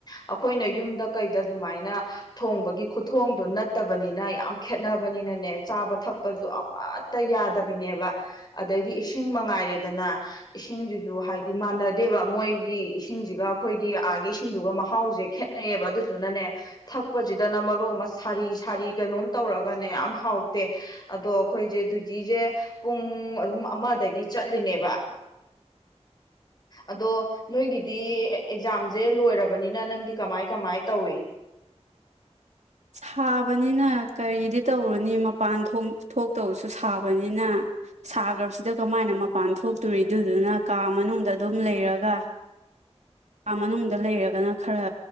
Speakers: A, on the left (about 35°); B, on the right (about 85°).
A: ꯑꯩꯈꯣꯏꯅ ꯌꯨꯝꯗ ꯀꯩꯗ ꯑꯗꯨꯃꯥꯏꯅ ꯊꯣꯡꯕꯒꯤ ꯈꯨꯊꯣꯡꯗꯣ ꯅꯠꯇꯕꯅꯤꯅ ꯌꯥꯝ ꯈꯦꯠꯅꯕꯅꯤꯅꯅꯦ ꯆꯥꯕ ꯊꯛꯄꯁꯨ ꯑꯃꯠꯇ ꯌꯥꯗꯕꯤꯅꯦꯕ ꯑꯗꯩꯗꯤ ꯏꯁꯤꯡ ꯃꯉꯥꯏꯔꯦꯗꯅ ꯏꯁꯤꯡꯁꯤꯁꯨ ꯍꯥꯏꯗꯤ ꯃꯥꯟꯅꯗꯦꯕ ꯃꯣꯏꯒꯤ ꯏꯁꯤꯡꯁꯤꯒ ꯑꯩꯈꯣꯏꯒꯤ ꯑꯥꯒꯤ ꯏꯁꯤꯡꯗꯨꯒ ꯃꯍꯥꯎꯁꯦ ꯈꯦꯠꯅꯩꯌꯦꯕ ꯑꯗꯨꯗꯨꯅꯅꯦ ꯊꯛꯄꯁꯤꯗꯅ ꯣ ꯑꯃ ꯁꯥꯔꯤ ꯁꯥꯔꯤ ꯀꯩꯅꯣꯝ ꯇꯧꯔꯒꯅꯦ ꯌꯥꯝ ꯍꯥꯎꯇꯦ ꯑꯗꯣ ꯑꯩꯈꯣꯏꯁꯦ ꯗ꯭ꯌꯨꯇꯤꯁꯦ ꯄꯨꯡ ꯑꯗꯨꯝ ꯑꯃꯗꯒꯤ ꯆꯠꯂꯤꯅꯦꯕ ꯑꯗꯣ ꯅꯣꯏꯒꯤꯗꯤ ꯑꯦꯛꯖꯥꯝꯁꯦ ꯂꯣꯏꯔꯕꯅꯤꯅ ꯅꯪꯗꯤ ꯀꯃꯥꯏ ꯀꯃꯥꯏ ꯇꯧꯏ
B: ꯁꯥꯕꯅꯤꯅ ꯀꯔꯤꯗꯤ ꯇꯧꯔꯨꯅꯤ ꯃꯄꯥꯟ ꯊꯣꯛꯇꯕꯁꯨ ꯁꯥꯕꯅꯤꯅ ꯁꯥꯈ꯭ꯔꯕꯁꯤꯗ ꯀꯃꯥꯏꯅ ꯃꯄꯥꯟ ꯊꯣꯛꯇꯣꯔꯤꯗꯨꯗꯨꯅ ꯀꯥ ꯃꯅꯨꯡꯗ ꯑꯗꯨꯝ ꯂꯩꯔꯒ ꯀꯥ ꯃꯅꯨꯡꯗ ꯂꯩꯔꯒꯅ ꯈꯔ